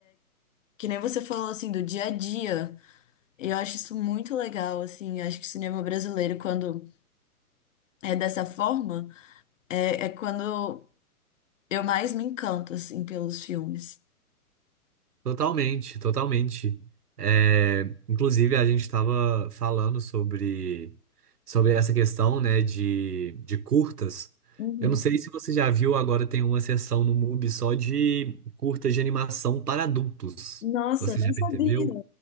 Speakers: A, on the left (about 55°); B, on the right (about 85°).
A: que nem você falou, assim, do dia a dia. E eu acho isso muito legal, assim, eu acho que o cinema brasileiro, quando é dessa forma, é, é quando eu mais me encanto, assim, pelos filmes.
B: Totalmente, totalmente. É, inclusive, a gente estava falando sobre, sobre essa questão, né, de, de curtas.
A: Uhum.
B: Eu não sei se você já viu, agora tem uma seção no MUBI só de curtas de animação para adultos.
A: Nossa,
B: Você
A: eu não
B: já
A: sabia.
B: percebeu?